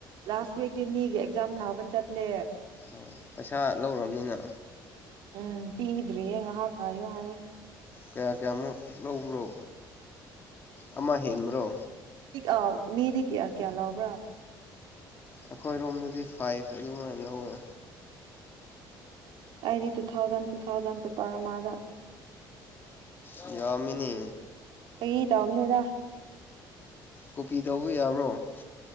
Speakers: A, on the right (about 70°); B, on the left (about 25°).
A: ꯂꯥꯁ ꯋꯤꯛꯗꯤ ꯃꯤꯒ ꯑꯦꯛꯖꯥꯝ ꯊꯥꯕ ꯆꯠꯂꯦ
B: ꯑꯣ ꯄꯩꯁꯥ ꯂꯧꯔꯕꯅꯤꯅ
A: ꯎꯝ ꯄꯤꯗ꯭ꯔꯤꯌꯦ ꯉꯥꯏꯍꯥꯛ ꯉꯥꯏꯌꯣ ꯍꯥꯏꯔꯦ
B: ꯀꯌꯥ ꯀꯌꯥꯃꯨꯛ ꯂꯧꯕ꯭ꯔꯣ ꯑꯃ ꯍꯦꯟꯕ꯭ꯔꯣ
A: ꯑ ꯃꯤꯗꯤ ꯀꯌꯥ ꯀꯌꯥꯂꯥꯎꯑꯣꯕ꯭ꯔꯥ
B: ꯑꯩꯈꯣꯏꯔꯣꯝꯗꯗꯤ ꯐꯥꯏꯚ ꯑꯗꯨꯃꯥꯏꯅ ꯂꯧꯋꯦ
A: ꯑꯩꯗꯤ ꯇꯨ ꯊꯥꯎꯖꯟ ꯇꯨ ꯊꯥꯎꯖꯟ ꯄꯦ ꯄꯔ ꯃꯥꯗ
B: ꯑ ꯌꯥꯃꯤꯅꯤ
A: ꯀꯒꯤ ꯇ ꯑꯣꯅꯦꯗ
B: ꯀꯣꯄꯤ ꯇꯧꯕ ꯌꯥꯕ꯭ꯔꯣ